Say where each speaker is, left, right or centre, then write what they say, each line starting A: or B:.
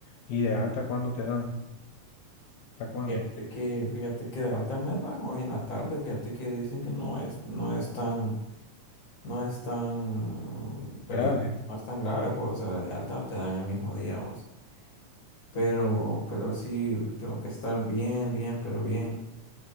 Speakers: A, on the left; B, on the left.
A: Y de alta, ¿cuándo te dan? ¿Hasta cuándo?
B: Fíjate que, fíjate que de alta me dan hoy en la tarde, fíjate que dicen que no es, no es tan, no es tan peligroso,
A: Grave.
B: no es tan grave, pues, o sea, de alta te dan el mismo día, vos. Pero, pero sí, tengo que estar bien, bien, pero bien.